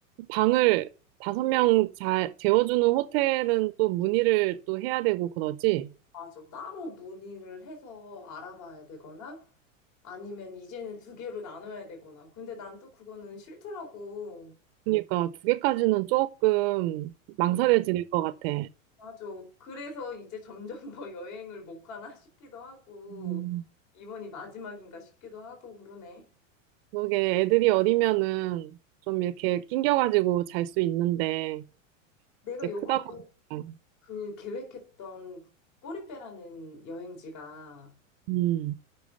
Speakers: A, on the right; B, on the left.
A: 방을 다섯 명 자, 재워주는 호텔은 또 문의를 또 해야 되고 그러지?
B: 맞아. 따로 문의를 해서 알아봐야 되거나 아니면 이제는 두 개로 나눠야 되거나. 근데 난 또 그거는 싫더라고.
A: 그러니까 두 개까지는 조금 망설여질
B: 음.
A: 것 같아.
B: 맞아. 그래서 이제 점점 더 여행을 못 가나 싶기도 하고
A: 음,
B: 이번이 마지막인가 싶기도 하고 그러네.
A: 그게 애들이 어리면은 좀 이렇게 낑겨가지고 잘 수 있는데
B: 내가
A: 이제
B: 요번에
A: 크다 보니까
B: 그 계획했던 꼬리빼라는 여행지가
A: 음,